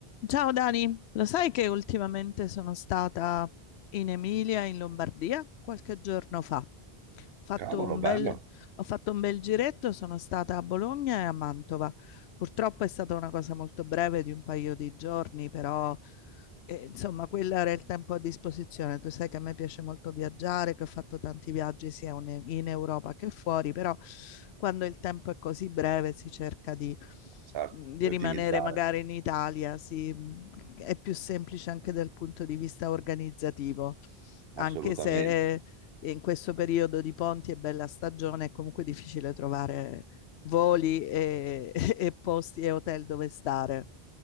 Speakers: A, on the left; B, on the right.
A: Ciao Dani, lo sai che ultimamente sono stata in Emilia, in Lombardia, qualche giorno fa. Ho fatto
B: Cavolo,
A: un
B: bello,
A: bel, ho fatto un bel giretto, sono stata a Bologna e a Mantova. Purtroppo è stata una cosa molto breve di un paio di giorni, però eh, insomma quello era il tempo a disposizione. Tu sai che a me piace molto viaggiare, che ho fatto tanti viaggi sia un- in Europa che fuori, però quando il tempo è così breve si cerca di
B: certo,
A: mhmm, di
B: di
A: rimanere
B: ottimizzare,
A: magari in Italia, sì, mhmm, è più semplice anche dal punto di vista organizzativo, anche
B: assolutamente.
A: se in questo periodo di ponti e bella stagione è comunque difficile trovare voli e, <laughs> e posti e hotel dove stare.